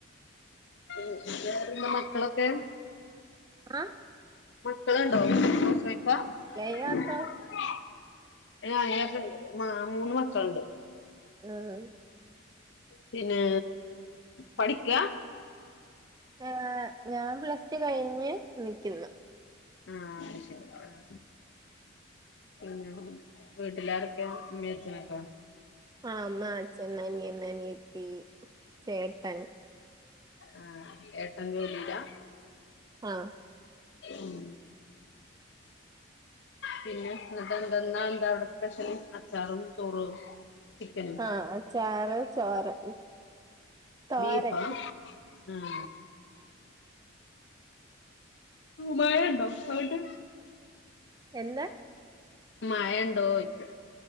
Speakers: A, on the left; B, on the right.
A: പിന്നെ കേടെ പിന്നെ മക്കളൊക്കെ
B: അഹ്
A: ട്ട്ള്ണ്ടോ <unintelligible>
B: ഇയാക്കോ
A: ഏഹ് അയാക്ണ്ട് മാ മൂന്ന് മക്കള്ണ്ട്
B: ഏഹ്
A: പിന്നെ പഠിക്കാ
B: ഏഹ് ഞാൻ പ്ലസ് ടു കഴിഞ്ഞ് നിക്കുന്നു.
A: ആഹ് ശരി ആഹ് പിന്നെ വീട്ടിലാരൊക്കെയ അമ്മയും അച്ഛനുമൊക്കെ
B: ആഹ് അമ്മ അച്ഛൻ അനിയൻ അനിയത്തി ചേട്ടൻ
A: ആഹ് ഏട്ടൻ ജോലിയിലാ
B: ആഹ്
A: ഉം പിന്നെ എന്നിട്ട് എന്തെന്നാ എന്താവിടെ സ്പെഷ്യല് അച്ചാറും ചോറും ചിക്കനും
B: ആഹ് ചാറ് ചോറ് തോരൻ
A: ബീഫാ ഉം മഴണ്ടോ അവ്ടെ
B: എന്താ
A: മഴണ്ടോയ്ച്ച